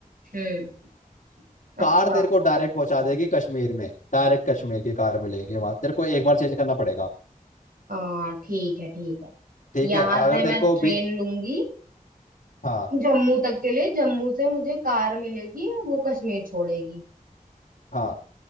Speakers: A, on the right; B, on the left.
A: हम्म
B: कार
A: अच्छा
B: तेरे को डायरेक्ट पहुंचा देगी कश्मीर में डायरेक्ट कश्मीर की कार मिलेगी वहां तेरे को एक बार चेंज करना पड़ेगा
A: हाँ ठीक है ठीक है
B: ठीक
A: यहाँ
B: है अगर
A: से
B: तेरे
A: मैं
B: को
A: ट्रेन
B: भी
A: लूंगी
B: हाँ
A: जम्मू तक के लिए जम्मू से मुझे कार मिलेगी वो कश्मीर छोड़ेगी
B: हाँ